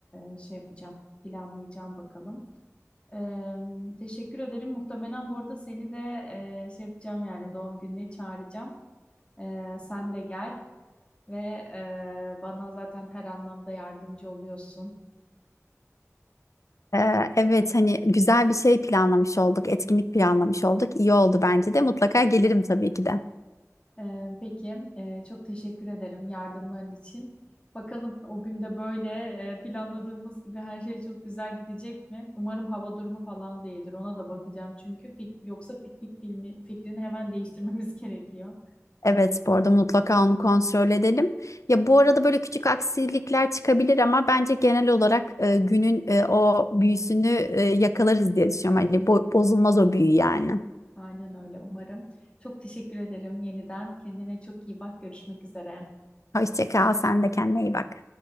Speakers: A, on the left; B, on the left.
A: e, şey yapacağım, planlayacağım bakalım. Ee, teşekkür ederim. Muhtemelen bu arada seni de e, şey yapacağım yani doğum gününe çağıracağım. Ee, sen de gel ve e, bana zaten her anlamda yardımcı oluyorsun.
B: Ee, evet hani güzel bir şey planlamış olduk, etkinlik planlamış olduk. İyi oldu bence de mutlaka gelirim tabii ki de.
A: Ee, peki, ee, çok teşekkür ederim yardımların için. Bakalım o günde böyle e, planladığımız gibi her şey çok güzel gidecek mi? Umarım hava durumu falan değildir. Ona da bakacağım çünkü fik- yoksa piknik filmi fikrini hemen değiştirmemiz <laughs> gerekiyor.
B: Evet, bu arada mutlaka onu kontrol edelim. Ya bu arada böyle küçük aksilikler çıkabilir ama bence genel olarak e, günün e, o büyüsünü e, yakalarız diye düşünüyorum. Hani bo- bozulmaz o büyü yani.
A: Aynen öyle umarım. Çok teşekkür ederim yeniden. Kendine çok iyi bak. Görüşmek üzere.
B: Hoşça kal, sen de kendine iyi bak.